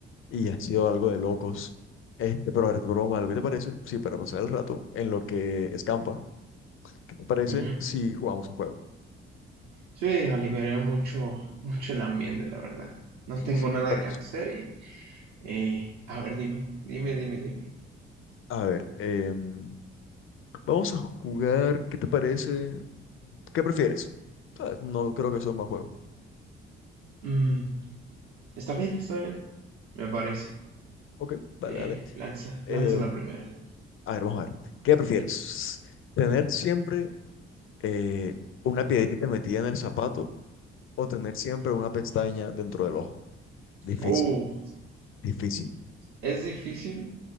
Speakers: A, on the left; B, on the right.
A: y ha sido algo de locos. Este, pero a ver, te propongo algo, ¿qué te parece? Sí, para pasar el rato en lo que escampa, ¿qué te parece
B: Ujú.
A: si jugamos un juego?
B: Sí, aliviaré mucho, mucho el ambiente, la verdad. No
A: Sí,
B: tengo
A: sí,
B: nada
A: me parece.
B: que hacer y, eh, a ver, dime, dime, dime, dime.
A: A ver, em, vamos a jugar, ¿qué te parece? ¿Qué prefieres? Ah, No creo que sea un mal juego.
B: Mm, está bien, está bien, me parece.
A: Ok, dale,
B: Eh,
A: dale.
B: lanza,
A: Em,
B: lanza la primera.
A: A ver, vamos a ver. ¿Qué prefieres? ¿Tener siempre eh, una piedrita metida en el zapato o tener siempre una pestaña dentro del ojo? Difícil,
B: Oh,
A: difícil.
B: Es difícil,